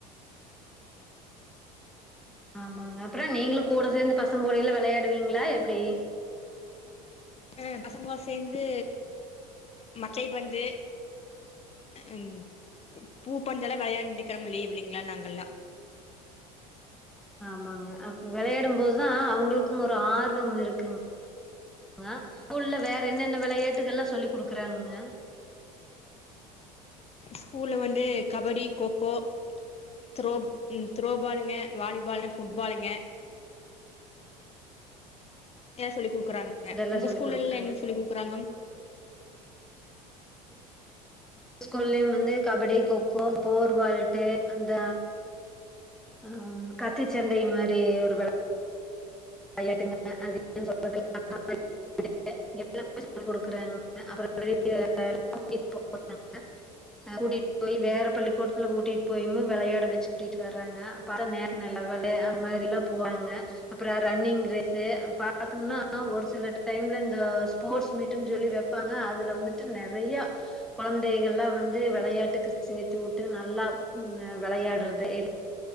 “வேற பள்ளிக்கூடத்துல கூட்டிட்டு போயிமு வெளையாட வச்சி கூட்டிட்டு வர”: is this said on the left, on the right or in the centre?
Centre